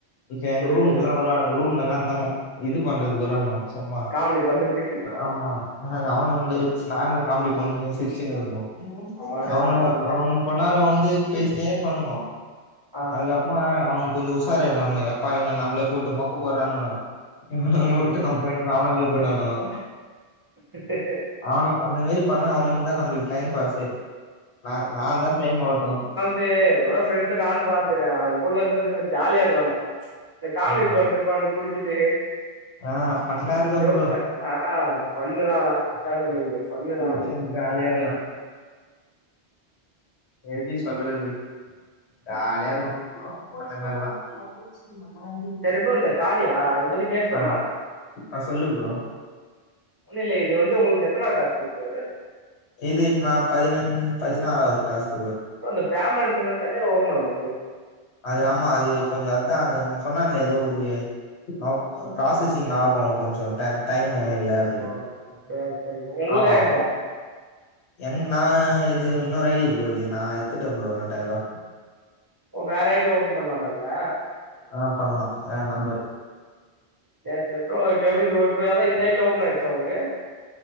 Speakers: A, on the left (about 80°); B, on the right (about 30°).
A: இப்ப எங்க
B: புரியுது
A: ரூமுக்கு
B: புரியுது
A: எல்லா வருவானுங்க ரூம்லல்லா இந்தமோ இது பண்றதுக் வருவானுங்கோ சும்மா
B: காமெடி பண்றதுக்கு
A: ஆமா அவனுங்கள
B: ம்
A: வச்சு நாங்க காமெடி பண்ணி சிரிச்சுன்னு இருப்போ
B: அவ்ளதா
A: அவனுங்க
B: அந்த மாரி
A: அவனுங் கோன்னார வந்து பேசினே இருப்பானுகோ
B: ஆ
A: அதுக்கப் மா அவனுங் கொஞ்சோ உசாராயிடுவானுங்க எப்பா இவனுக்க நம்ள போட்டு மொக்க போட்றானுக இவனுங்கள
B: ம்
A: விட்டு நம் போய்னு அவனுங்களே போய்டுவானுங்கோ
B: <unintelligible>
A: அவனு அந்த மாரி பண்ணா அவனுங்க தா நம்மளுக்கு டைம் பாஸு நா நா அதா டைம் ஆவட்டு
B: தே எவ்ள ஃப்ரெண்ஸ நானு பாக்கற அவங்க கூடலா இருந்தா வச்சுங்கள ஜாலியா இருக்கு ஆனா இந்த காமெடி
A: ஆமா
B: பண்ட்ருப்பானுக குடிச்சுட்டு
A: ஆ ஃபன்னா இருக்கும்
B: ஜோக்கா
A: ப்ரோ
B: ஆ ஃபண்ணுதா ஆனா <unintelligible> ஃபண்ணுதா
A: சிரிச்சுன்
B: அது
A: ஜாலியா இருக்லா எப்டி சொல்றது ஜாலியா இருக்கு அந்த மாரில்லா <unintelligible>
B: சரி ப்ரோ இந்த காரியா இத பத்தி பேசலாமா
A: ஆ ஆ சொல்லு ப்ரோ
B: இல்ல இல்ல இது வந்து உங்களுக்கு எத்தனாவது டாஸ்க்கு இப்போ இது
A: இது இப்ப நா பதினஞ் பதினாறாவது டாஸ்க்
B: ப்ரோ இந்த பமெண்ட் வந்தாலே ஓப்பன் ஆவ மாட்டுது
A: அது ஆமா அது கொஞ்ச அத்தா அவங்க சொன்னாங்களே ஏதோ ஒரு அப் ப்ராசஸிங் ஆகு கொஞ்சோ ட டைம் இல்ல அப்டின்ட்டு
B: ஆ சரி சரி ப்ரோ உங்களுக்கு
A: ஆமாமா
B: ஆயிடுச்சா
A: எங் நா இது இன்னொரு ஐ டி ப்ரோ இது நா எத்துட்ட ப்ரோ ரெண்டாயிரூவா
B: ஓ வேற ஐ டி ஓபன் பண்லாமா இதுல
A: ஆ பண்லா வேற நம்பரு
B: சேர் சேர் ப்ரோ இப்ப எப்டி ப்ரோ இப்ப அதா இந்த ஐடில ஓப்பன் ஆய்டுச்சா உங்களுக்கு